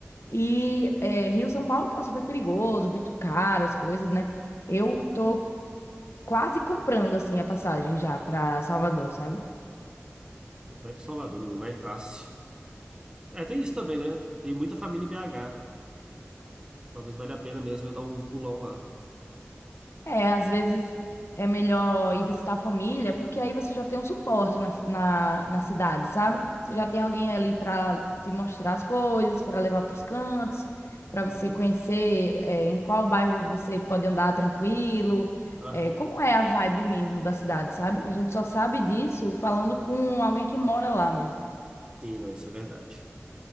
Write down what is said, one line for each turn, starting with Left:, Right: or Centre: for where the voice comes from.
Left: E é, Rio São Paulo tá super perigoso, muito caro, as coisas, né? Eu tô quase comprando, assim, a passagem já pra Salvador, sabe?
Right: vai pro Salvador, menino, mais fácil. É, tem isso também, né? Tem muita família em BH. Talvez valha a pena mesmo eu dar um pulão lá.
Left: É, às vezes é melhor ir visitar a família, porque aí você já tem um suporte na, na, na cidade, sabe? Você já tem alguém ali para te mostrar as coisas, para levar para os cantos, para
Right: Uhum.
Left: você conhecer, é, em qual bairro você pode andar tranquilo,
Right: Aham.
Left: é, como é a vibe mesmo da cidade, sabe? A gente só sabe disso falando com alguém que mora lá mesmo.
Right: Sim, não, isso é verdade.